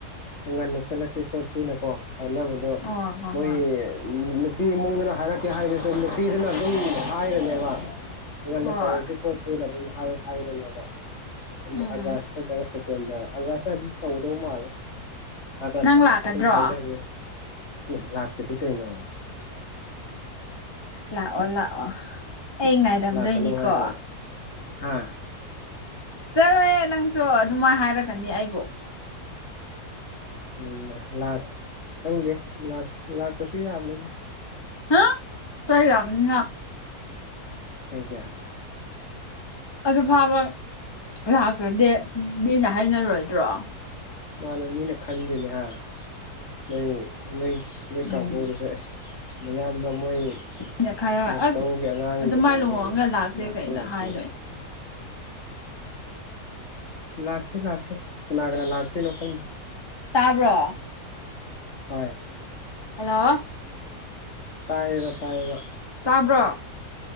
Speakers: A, on the left (about 45°); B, on the left (about 15°).
A: ꯉꯟꯅ ꯆꯠꯂꯁꯤ ꯈꯣꯠꯁꯤꯅꯀꯣ ꯍꯥꯏꯅꯕꯗꯣ
B: ꯑꯣ ꯍꯣꯏ
A: ꯃꯣꯏ
B: ꯍꯣꯏ
A: ꯅꯨ ꯄꯤ ꯏꯃꯨꯡꯗꯨꯅ ꯍꯥꯏꯔꯛꯀꯦ ꯍꯥꯏꯔꯀ ꯅꯨꯄꯤꯗꯨꯅ ꯑꯗꯨꯝ ꯍꯥꯏꯔꯅꯦꯕ ꯉꯟꯅ
B: ꯍꯣꯏ
A: ꯇꯧꯁꯤ ꯈꯣꯠꯁꯤ ꯁꯤꯅ ꯑꯗꯨꯝ ꯍꯥꯏ ꯍꯥꯏꯔꯅꯦꯕ ꯑꯗꯨꯅ
B: ꯎꯝ
A: ꯑꯒꯥꯁ ꯅꯠꯇ꯭ꯔꯒ ꯁꯦꯞ ꯇꯦꯝꯕꯔ ꯑꯥꯒꯁꯇ ꯗꯨꯝ ꯇꯧꯗꯧ ꯃꯥꯜꯂꯦ ꯑꯥꯒꯁ
B: ꯅꯪ ꯂꯥꯛꯀꯗ꯭ꯔꯣ
A: ꯑꯗꯨꯝ ꯍꯥꯏꯅꯕꯅꯦ ꯑꯦ ꯂꯥꯛꯇꯗꯤ ꯀꯩꯅꯣ
B: ꯂꯥꯛꯑꯣ ꯂꯥꯛꯑꯣ ꯑꯩ ꯉꯥꯏꯔꯝꯗꯣꯏꯅꯤꯀꯣ
A: ꯂꯥꯛꯀꯅꯨ ꯍꯥꯏꯔꯣ ꯍꯥ
B: ꯆꯠꯂꯣꯍꯦ ꯅꯪꯁꯨ ꯑꯗꯨꯃꯥꯢ ꯍꯥꯏꯔꯛꯀꯅꯤ ꯑꯩꯕꯨ
A: ꯎꯝꯃ ꯂꯥꯛ ꯈꯪꯗꯦ ꯂꯥꯛ ꯂꯥꯛꯇ꯭ꯔꯁꯨ ꯌꯥꯕꯅꯤꯗ
B: ꯍꯥ ꯆꯩ ꯂꯥꯛꯀꯅꯤ ꯅꯪ
A: ꯀꯩꯒꯤ
B: ꯑꯗꯨ ꯐꯥꯕ ꯂꯥꯛꯇ꯭ꯔꯗꯤ ꯃꯤꯅ ꯍꯥꯏꯅꯔꯣꯏꯗ꯭ꯔꯣ
A: ꯃꯥꯅꯦ ꯃꯤꯅ ꯈꯟꯗꯣꯏꯅꯦ ꯍꯥ ꯅꯣꯏ ꯅꯣꯏ ꯅꯣꯏ ꯀꯥꯡꯕꯨꯗꯨꯁꯨ
B: ꯎꯝ
A: ꯑꯦꯁ ꯃꯌꯥꯝꯕ ꯃꯣꯏ
B: ꯃꯤꯅ ꯈꯔ
A: ꯃꯥꯆꯧꯒꯤ
B: ꯑꯁ
A: ꯑꯉꯥꯡ
B: ꯑꯗꯨꯃꯥꯏꯅ
A: ꯂꯨꯍꯣꯡꯉꯒ
B: ꯂꯥꯛꯇꯦ
A: ꯂꯥꯛꯁꯨ
B: ꯀꯩꯅ
A: ꯂꯥꯛꯇꯦ
B: ꯍꯥꯏꯗꯣꯏꯅꯦ
A: ꯂꯥꯛꯀꯦ ꯂꯥꯛꯀꯦ ꯀꯅꯥ ꯀꯅꯥ ꯂꯥꯛꯇꯣꯏꯅꯣ ꯈꯪꯗꯦ
B: ꯇꯥꯕ꯭ꯔꯣ
A: ꯍꯣꯏ
B: ꯍꯜꯂꯣ
A: ꯇꯥꯏꯌꯦꯕ ꯇꯥꯏꯌꯦꯕ
B: ꯇꯥꯕ꯭ꯔꯣ